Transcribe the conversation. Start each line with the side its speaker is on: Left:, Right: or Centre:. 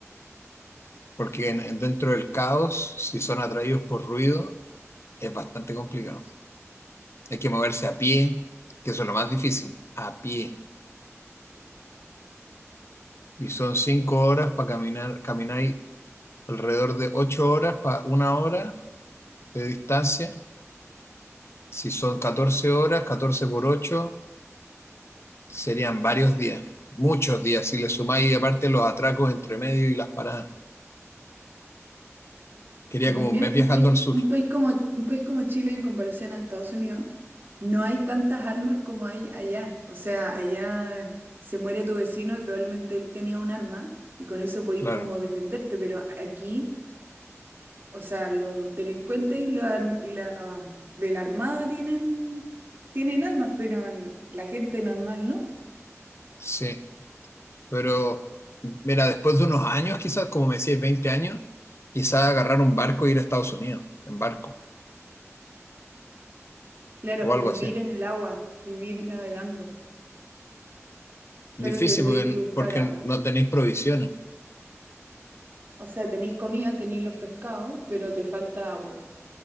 Left: Porque en- en- dentro del caos, si son atraídos por ruido, es bastante complicado. Hay que moverse a pie, que eso es lo más difícil, a pie. Y son cinco horas para caminar, camináis alrededor de ocho horas para una hora de distancia Si son 14 horas, 14 por 8 serían varios días, muchos días, si le sumáis aparte los atracos entre medio y las paradas. Quería
Right: Y también
Left: como un mes viajando
Right: un país,
Left: al sur,
Right: un país como, un país como Chile en comparación a Estados Unidos, no hay tantas armas como hay allá. O sea, allá se muere tu vecino y probablemente él tenía un arma y con eso podís
Left: claro,
Right: como defenderte, pero aquí, o sea, los delincuentes y la, arm- y la de la armada tienen, tienen armas, pero la gente normal no.
Left: sí. Pero, mira, después de unos años, quizás, como me decías, 20 años, quizás agarrar un barco e ir a Estados Unidos, en barco,
Right: Claro,
Left: o
Right: o
Left: algo
Right: vivir
Left: así.
Right: en el agua, vivir navegando. Claro
Left: Difícil
Right: que tendría
Left: porque,
Right: que buscar
Left: porque
Right: agua.
Left: no tenéis provisiones,
Right: O sea, tenéis comida, tenéis los pescados, pero te falta agua.